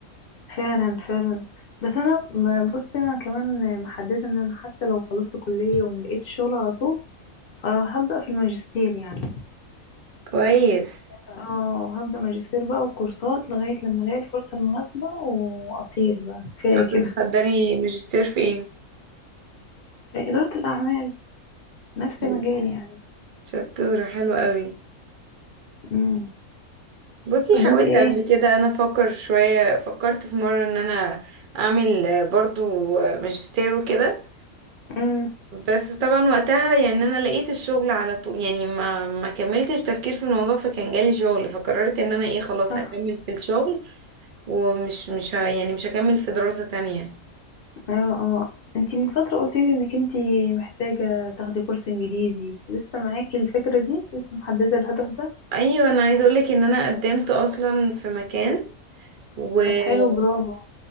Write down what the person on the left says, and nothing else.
فعلا فعلا بس انا م- بصي انا كمان محدده ان انا حتى لو خلصت كليه وما لقيتش شغل على طول فهبدا في الماجستير يعني
اه هبدا ماجستير بقى وكورسات لغايه لما الاقي الفرصه المناسبه واطير بقى كفايه
كده
في اداره الاعمال نفس
مجالي يعني
امم
طب وانتي
ايه
امم
اه
اه اه انتي من فتره قلتي لي انك انتي محتاجه تاخدي كورس انجليزي لسه معاكي الفكره دي لسه محدده الهدف ده
طب حلو برافو